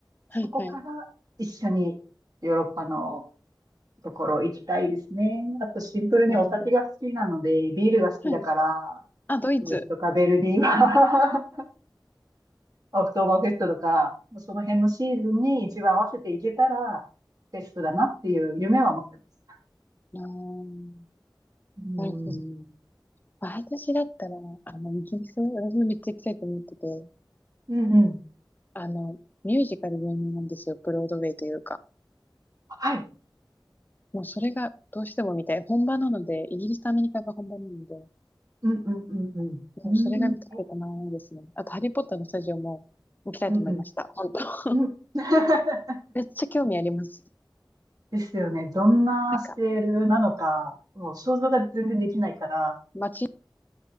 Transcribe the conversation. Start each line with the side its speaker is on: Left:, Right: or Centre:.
Left: はいはい。
Right: そこから一緒にヨーロッパのところ行きたいですね。あとシンプルにお酒が好きなので、
Left: なるほ
Right: ビールが好きだから、
Left: ど。あ、ドイツ。
Right: ドイツとかベルディはオクトーバーフェストとか、その辺のシーズンに一番合わせていけたら、ベストだなっていう夢は持ってます。
Left: あー
Right: うん。
Left: なるほど。私だったら、あの、イギリス、私もめっちゃ行きたいと思ってて、
Right: うんうん。
Left: あの、ミュージカル有名なんですよ。ブロードウェイというか。
Right: はい。
Left: もうそれがどうしても見たい。本場なので、イギリスとアメリカが本場なので、
Right: うんうんうんうん。
Left: もうそれが見たくてたまらないですね。
Right: うん
Left: あと、ハリーポッターのスタジオも行きたいと思いました。
Right: うん
Left: 本当。<laughs>
Right: うん。うん。<laughs>
Left: めっちゃ興味あります。
Right: ですよね。どんなスケールなのか、
Left: なんか、
Right: もう想像が全然できないから。
Left: 街